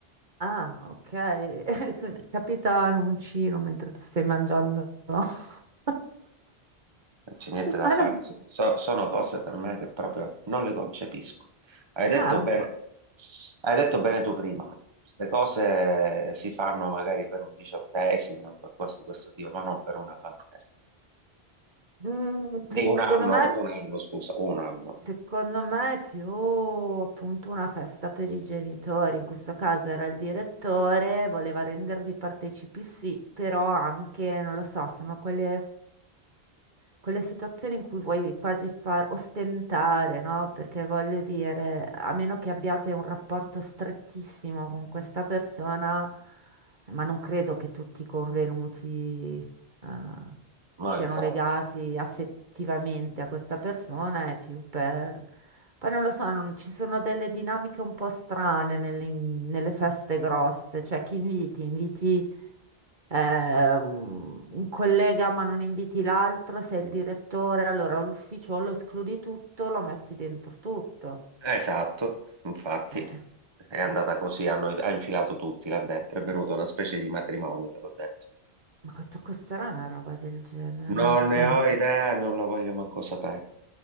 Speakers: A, on the right; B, on the right.
A: Ah, ok. <laughs> Capita un uncino mentre tu stai mangiando. <laughs>
B: Non c'è niente da
A: Ma
B: fare.
A: no,
B: So- so, sono cose per me che proprio non le concepisco. Hai detto
A: no, è un
B: bene,
A: po'.
B: hai detto bene tu prima. Queste cose si fanno magari per un diciottesimo o qualcosa di questo tipo, ma non per una bambina.
A: Mm,
B: Di
A: secondo
B: un anno,
A: me.
B: un anno, scusa, un anno.
A: Secondo me è più appunto una festa per i genitori, in questo caso era il direttore, voleva rendervi partecipi, sì, però anche, non lo so, sono quelle quelle situazioni in cui vuoi quasi far ostentare, no? Perché voglio dire, a meno che abbiate un rapporto strettissimo con questa persona, ma non credo che tutti i convenuti, eh,
B: No,
A: siano
B: infatti.
A: legati affettivamente a questa persona, è più per... Poi non lo so, non- ci sono delle dinamiche un po' strane nelle, nelle feste grosse, cioè chi inviti? Inviti ehm, un collega ma non inviti l'altro, sei il direttore, allora l'ufficio lo escludi tutto, lo metti dentro tutto.
B: Esatto, infatti
A: Eh,
B: è andata
A: eh,
B: così, hanno, ha infilato tutti là dentro, è venuta una specie di matrimonio, te l'ho detto.
A: ma questo- costerà una roba del genere?
B: Non
A: Cioè,
B: ne ho idea, non lo voglio manco sapere.